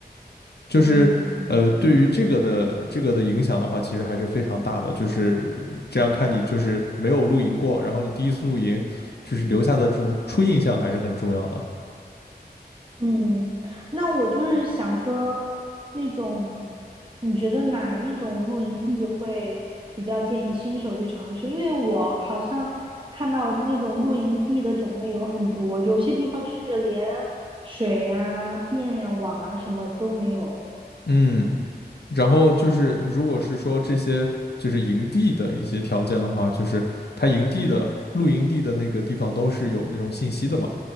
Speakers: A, on the left; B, on the right.
A: 就是呃，
B: 嗯
A: 对于这个的这个的影响的话，其实还是非常大的。就是这样看你就是没有露营过，然后你第一次露营，就是留下的这种初印象还是很重要的。
B: 嗯，那我就是想说，那种你觉得哪一种露营地会比较建议新手去尝试？因为我好像看到那种露营地的种类有很多，有些地方甚至连水呀、电呀、网啊什么都没有。
A: 嗯然后就是，如果是说这些就是营地的一些条件的话，就是它营地的露营地的那个地方都是有那种信息的嘛。